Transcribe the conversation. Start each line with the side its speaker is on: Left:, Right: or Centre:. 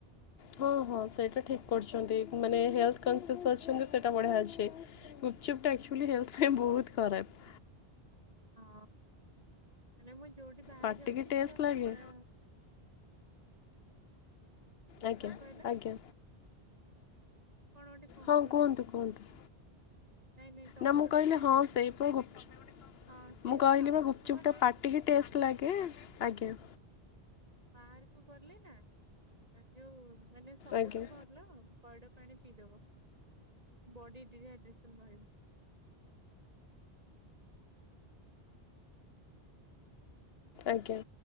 Left: ହଁ ହଁ ସେଇଟା ଠିକ୍ କରୁଛନ୍ତି ମାନେ ହେଲ୍ଥ କନସିଅସ୍ ଅଛନ୍ତି ସେଇଟା ବଢ଼ିଆ ଅଛି। ଗୁପଚୁପ ଟା ଆକ୍ଚୁଆଲ ହେଲଥ ପାଇଁ ବହୁତ ଖରାପ।
Right: ହଁ ହେଲେ ମୁଁ ଯୋଉଠି ବାହାରେ
Left: ପାଟିକି
Right: ଯାଉଛି
Left: ଟେଷ୍ଟ
Right: ତାର
Left: ଲାଗେ
Right: ଏ
Left: ଆଜ୍ଞା
Right: କଣ କହିଲ
Left: ଆଜ୍ଞା
Right: କଣ ଗୋଟେ କହିଲ
Left: ହଁ କୁହନ୍ତୁ
Right: ବା?
Left: କୁହନ୍ତୁ।
Right: ନାଇଁ ନାଇଁ ତମେ
Left: ନା ମୁଁ
Right: ଗୋଟେ
Left: କହିଲି
Right: କଣ
Left: ହଁ
Right: କୁହ
Left: ସେଇପ ଗୁପଚ
Right: ହଁ ସେଇ
Left: ମୁଁ
Right: ଯୋଉ
Left: କହିଲି
Right: ବାହାରକୁ
Left: ବା ଗୁପଚୁପ୍
Right: ଗଲେ
Left: ଟା ପାଟ ଟିକି ଏ ଟେଷ୍ଟ ଲାଗେ ଆଜ୍ଞା।
Right: ବାହାରକୁ ଗଲେ ନା ଆ ଯୋଉ ମାନେ ସବୁଠୁ
Left: ଆଜ୍ଞା
Right: ଭଲ ପଇଡ଼ ପାଣି ପିଇଦବ ବଡ଼ି ଡିହାଇଡ୍ରେସନ ରହିବ।
Left: ଆଜ୍ଞା।